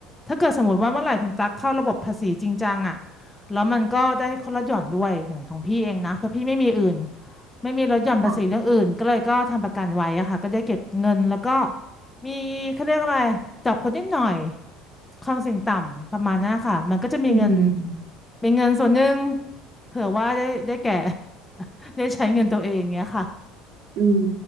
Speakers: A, on the left; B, on the right.
A: ถ้าเกิดสมมติว่าเมื่อไหร่คุณตั๊กเข้าระบบภาษีจริงจังอ่ะแล้วมันก็ได้คนละหย่อนด้วยอย่างของพี่เองนะเพราะพี่ไม่มีอื่นไม่มีลดหย่อนภาษีเรื่องอื่นก็เลยก็ทำประกันไว้อะค่ะก็ได้เก็บเงินแล้วก็
B: ค่ะ
A: มีเขาเรียกอะไรจับคนนิดหน่อยความเสี่ยงต่ำประมาณนั้นค่ะมันก็จะมีเงิน
B: อืม
A: เป็นเงินส่วนหนึ่งเผื่อว่าได้ได้แก่ <laughs> ได้ใช้เงินตัวเองเนี้ยค่ะ
B: อืม